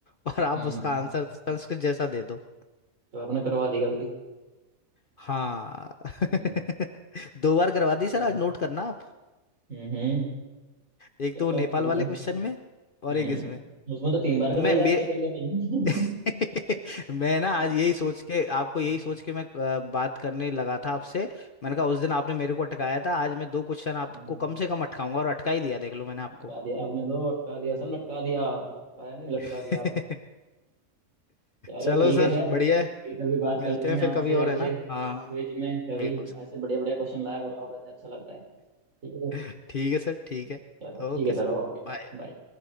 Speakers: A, on the left; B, on the right.
A: और आप
B: हम्म
A: उसका
B: हम्म।
A: आंसर संस्कृत जैसा दे दो
B: तो आपने करवा दी गलती
A: हाँ <laughs>
B: हम्म
A: दो बार करवा दी सर
B: चलो।
A: आज नोट करना आप
B: हम्म हम्म।
A: एक
B: चलो
A: तो वो नेपाल
B: ठीक
A: वाले
B: है
A: क्वेश्चन में और
B: हम्म
A: एक इसमें
B: उसमें तो तीन बार करवाई
A: तो मैं मेरे
B: आपने अकेले में ही।
A: <laughs> मैं ना आज यही सोच के आपको यही
B: हम्म,
A: सोच के मैं अ, बात करने लगा
B: चलो
A: था आपसे मैंने कहा उस दिन आपने मेरे को अटकाया था आज मैं दो क्वेश्चन आपको
B: हम्म,
A: कम से कम अटकाऊंगा और अटका ही दिया देख लो मैंने आपको
B: अटका दिया आपने तो अटका दिया सर लटका दिया अटकाया नहीं लटका
A: <laughs>
B: दिया आपने चलो
A: चलो
B: ठीक
A: सर
B: है सर
A: बढ़िया है
B: ठीक है, अभी बात
A: मिलते
B: करते हैं
A: हैं फिर
B: आपसे
A: कभी और
B: अगले
A: है ना
B: क्विज
A: हाँ
B: में कभी
A: बिल्कुल सर
B: ऐसे बढ़िया बढ़िया क्वेश्चन लाया करो आप ऐसे अच्छा लगता है ठीक है
A: <laughs> ठीक है सर ठीक
B: सर
A: है
B: चलो ठीक
A: Okay
B: है
A: sir
B: सर ओके
A: बाय
B: बाय